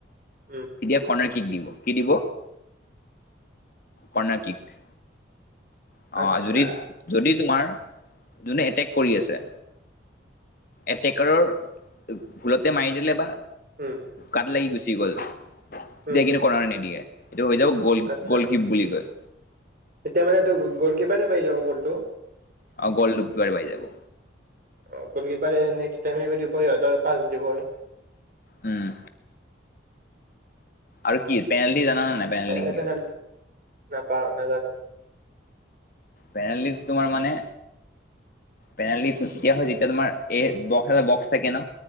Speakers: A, on the right; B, on the left.
A: উম,
B: তেতিয়া কৰ্ণাৰ কিক দিব। কি দিব? Corner kick. অ
A: আচ্ছা,
B: যদি, যদি তোমাৰ যোনে এটেক কৰি আছে, এটেকাৰৰ ভুলতে মাৰি দিলে বা,
A: উম,
B: গাত লাগি গুচি গ'ল। তেতিয়া
A: উম,
B: কিন্তু কৰ্ণাৰ নিদিয়ে। এইটো হৈ যাব গ'ল
A: আচ্ছা,
B: গ'লকীপ বুলি কয়।
A: তেতিয়া মানে ত গ'লকিপাৰে পাই যাব বলটো?
B: অ গল ডুবলাৰ পাই যাব।
A: অ গলকিপাৰে নেক্সট টাইমে কৰি দিব সিহঁতৰ পাচ দিব।
B: উম। আৰু কি পেনাল্টি জানা নে নাই?
A: এনে
B: কি
A: পেনাল্টি
B: হয়
A: নাপাওঁ নাজানো।
B: পেনাল্টি তোমাৰ মানে, পেনাল্টিটো তেতিয়া হয় যেতিয়া তোমাৰ এই বক্স এটা বক্স থাকে ন,